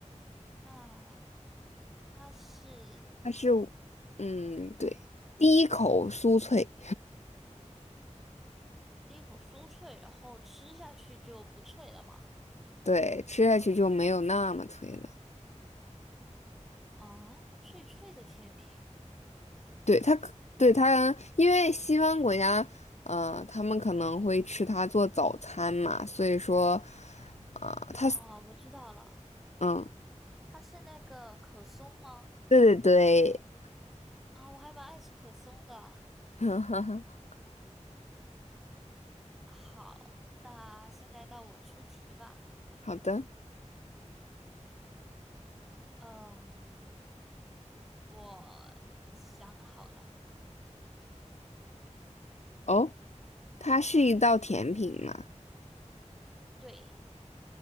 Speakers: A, in the centre; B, on the left.
A: 那它是
B: 它是，嗯，对，第一口酥脆，
A: 一口酥脆，然后吃下去就不脆了吗？
B: 对，吃下去就没有那么脆了。
A: 啊，脆脆的甜品
B: 对，它可，对，它，因为西方国家，呃，他们可能会吃它做早餐嘛，所以说，啊、它。
A: 啊，我知道了，
B: 嗯，
A: 它是那个可松吗？
B: 对对对，
A: 啊，我还蛮爱吃可松的。
B: <laughs>
A: 好，那现在到我出题吧。
B: 好的。
A: 嗯，我想好了。
B: 哦，它是一道甜品嘛？
A: 对，